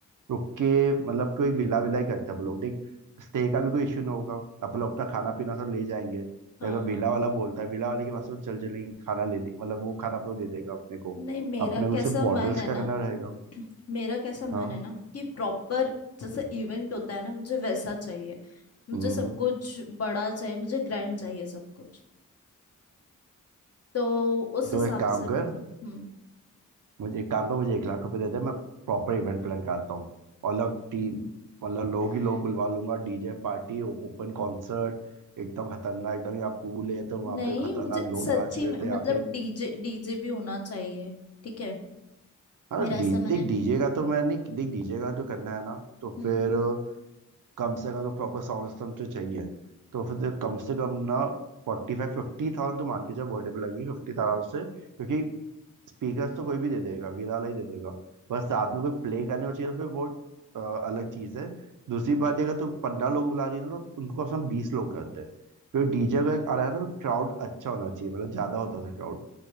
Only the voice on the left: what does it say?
हाँ
हाँ
नहीं मेरा
कैसा
मन है
ना
<clears throat> मेरा कैसा मन
है ना कि प्रॉपर जैसे इवेंट होता है ना मुझे वैसा चाहिए मुझे
सब
कुछ बड़ा चाहिए मुझे ग्रैंड चाहिए सब कुछ तो उस
हिसाब
से
बता हम्म
<laughs>
नहीं
मुझे
सच्ची
में
मतलब
डीजे डीजे भी होना चाहिए ठीक है
मेरा
ऐसा मैंने
हम्म
हम्म।